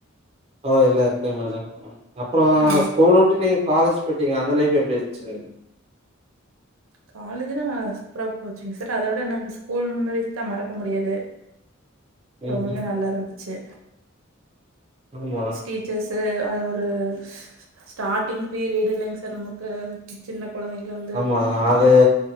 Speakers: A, on the right (about 30°); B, on the right (about 80°).
A: ஓ எல்லா இருக்கு மேடம் அப்புற
B: ஆ
A: ஸ்கூல் விட்டு நீங் காலேஜ் போயிட்டீங்க அந்த லைஃப் எப்டி இருந்துச்சு
B: காலேஜ்லா நல்ல சூப்பரா போச்சுங்க சார் அத விட எனக்கு ஸ்கூல் மெமரிஸ் தா மறக்க முடியாது
A: ம்
B: ரொம்பவே நல்லா இருந்துச்சு
A: ஆமா
B: ஸ்டீச்சர்ஸ் அது ஒரு ஸ்டார்ட்டிங் பீரியடு இல்லைங்க சார் நமக்கு சின்ன கொழந்தைங்க வந்து
A: ஆமா அது